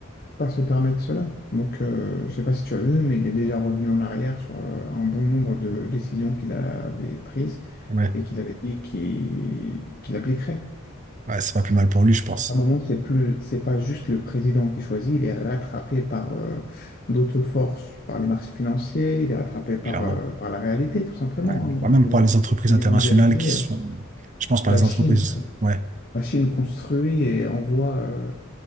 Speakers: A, on the left; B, on the right.
A: pas se permettre cela. Donc, euh, je ne sais pas si tu as vu, mais il est déjà revenu en arrière sur euh, un bon nombre de décisions qu'il avait prises
B: Ouais.
A: et qu'il avait dit qu'il qu'il appliquerait.
B: Ouais, c'est pas plus mal pour lui, je pense.
A: À un moment, c'est plus, c'est pas juste le président qui choisit, il est rattrapé par euh, d'autres forces, par les marchés financiers, il est rattrapé par,
B: Clairement.
A: euh, par la réalité, tout simplement.
B: Ouais.
A: hein.
B: Ouais, même
A: Dans
B: par
A: une
B: les entreprises
A: économie
B: internationales
A: mondialisée,
B: qui sont.
A: euh,
B: Je pense par
A: la
B: les
A: Chine,
B: entreprises. Ouais,
A: la Chine construit et envoie, euh,